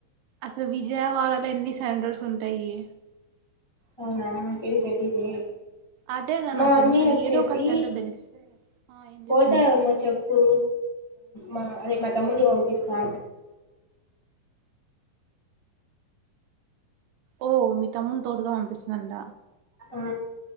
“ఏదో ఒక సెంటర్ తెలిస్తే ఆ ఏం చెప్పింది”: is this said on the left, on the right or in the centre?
Right